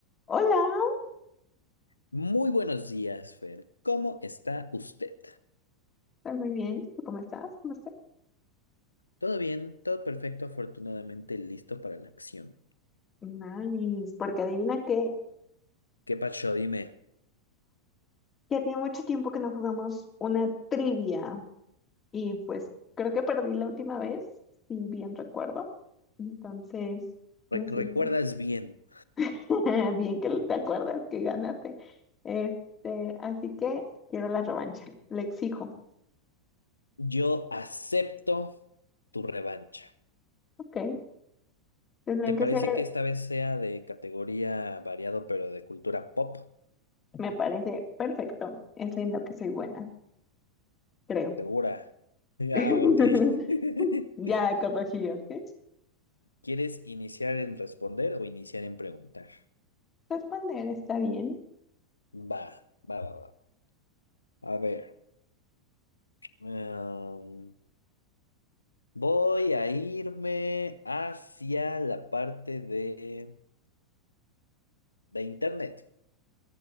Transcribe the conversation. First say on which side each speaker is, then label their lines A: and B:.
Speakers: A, on the left (about 20°); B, on the left (about 80°).
A: Hola,
B: Muy buenos días, Fer. ¿Cómo está usted?
A: estoy muy bien. ¿Tú cómo estás? ¿Cómo estás?
B: ¿Todo bien? ¿Todo perfecto? Afortunadamente listo para la acción.
A: Nice, porque adivina que
B: ¿Qué pacho? Dime,
A: ya tiene mucho tiempo que no jugamos una trivia y pues creo que perdí la última vez, si bien recuerdo. Entonces,
B: Re-
A: necesito.
B: ¿recuerdas bien?
A: <laughs> Bien que te acuerdas que ganaste. Este, así que quiero la revancha, le exijo.
B: Yo acepto tu revancha.
A: Ok, tendrán
B: ¿Te parece
A: que ser,
B: que esta vez sea de categoría variado, pero de cultura pop?
A: me parece perfecto. Es en lo que soy buena, creo.
B: ¿Segura? <laughs> Ah,
A: <laughs>
B: ok. <laughs>
A: Ya corregí, ¿ok?
B: ¿Quieres iniciar en responder o iniciar en preguntar?
A: Responder está bien.
B: Va, va, va, va. A ver. em, Voy a irme hacia la parte de, de Internet.